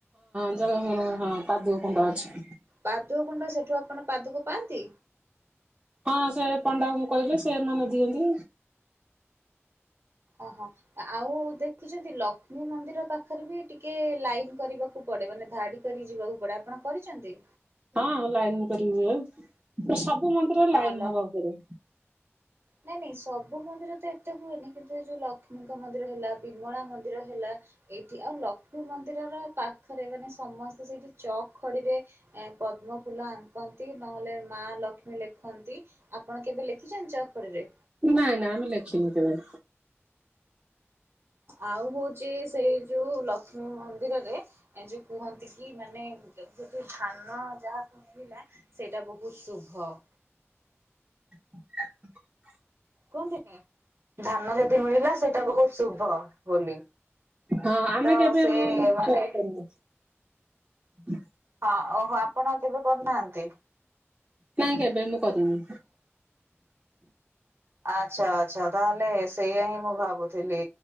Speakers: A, on the right; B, on the right.
A: <unintelligible> କୁଣ୍ଡ ଅଛି
B: ପାଦୁକ କୁଣ୍ଡ ସେଠୁ ଆପଣ ପାଦୁକ ପାଆନ୍ତି?
A: ହଁ ସେ ପଣ୍ଡାଙ୍କୁ କହିଲେ ସେମାନେ ଦିଅନ୍ତି।
B: ଅହ ଆଉ ଦେଖିଛନ୍ତି ଲକ୍ଷ୍ମୀ ମନ୍ଦିର ପାଖରେ ବି ଟିକେ ଲାଇନ କରିବାକୁ ପଡେ ମାନେ ଧାଡି କରିକି ଯିବାକୁ ପଡେ ଆପଣ କରିଚନ୍ତି?
A: ହଁ ଲାଇନ୍ କରିବୁ ଯେ ସ ବୁ ମନ୍ଦିର ରେ
B: ହଁ
A: ଲାଇନ
B: ଲ
A: ହବାକୁ ପଡେ।
B: ନାଇଁ ନାଇଁ ସବୁ ମନ୍ଦିର ତ ଏତେ ହୁଏନି କିନ୍ତୁ ଏ ଯୋଉ ଲକ୍ଷ୍ମୀଙ୍କ ମନ୍ଦିର ହେଲା ବିମଳା ମନ୍ଦିର ହେଲା ଏଇଠି ଆଉ ଲ କ୍ଷ୍ମୀ ମନ୍ଦିରର ପାଖରେ ମାନେ ସମସ୍ତେ ସେଇଠି ଚକ୍ ଖଡିରେ ପଦ୍ମ ଫୁଲ ଆଙ୍କନ୍ତି ନହେଲେ ମା ଲକ୍ଷ୍ମୀ ଲେଖନ୍ତି ଆପଣ କେବେ ଲେଖିଚନ୍ତି ଚ ଖଡିରେ?
A: ନାଇଁ ନା ଆମେ ଲେଖିନୁ କେବେ।
B: ଆଉ ହଉଚି ସେଇ ଯୋଉ ଲକ୍ଷ୍ମୀ ମନ୍ଦିର ରେ ରେ ଯୋଉ କୁହନ୍ତି କି ମାନେ ଯୋଉଠି ଧାନ ଯାହାକୁ ମିଳିଲା ସେଇଟା ବହୁତ ସୁ ହଁ <inaudible>
A: <inaudible>
B: କୁହନ୍ତି କି ଧାନ ଯଦି ମିଳିଲା ସେଇଟା ବହୁତ ଶୁଭ ବୋଲି <inaudible>
A: ହଁ ଆମେ
B: ତ
A: କେବେ
B: ସେ
A: ମୁଁ
B: ମାନେ
A: ଟ୍ରାଏ କରିନି। <inaudible>
B: ଅ ଓହୋ ଆପଣ ଆଉ କେବେ କରୁନାହାନ୍ତି?
A: କାଇଁ କେବେ ମୁଁ କରିନି।
B: ଆଚ୍ଛା ଆଚ୍ଛା ତାହେଲେ ସେଇଆ ହିଁ ମୁଁ ଭାବୁଥିଲି